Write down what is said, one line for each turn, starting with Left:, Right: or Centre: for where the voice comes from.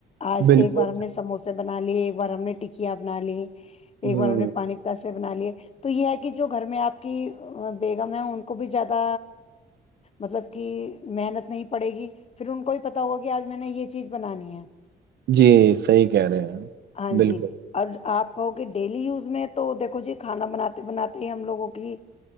Left: آج
Right: بالکل
Left: ایک بار ہم نے سموسے بنا لیے برہم نے ٹکیاں بنا لی یہ
Right: ہ
Left: گارانے پانی پس سے بنا لیے تو یہ ہے کہ جو گھر میں آپ کی بیگم ہے ان کو بھی زیادہ مطلب کہ محنت نہیں پڑے گی پھر ان کو بھی پتا ہوگا کہ آج میں نے یہ چیز بنانی ہے
Right: جی صحی کہہ رہے ہیں
Left: ہاں
Right: بالکل
Left: جی اور آپ کہو کہ ڈیلی یوز میں تو دیکھو جی کھانا بناتے بناتے ہی ہم لوگوں کی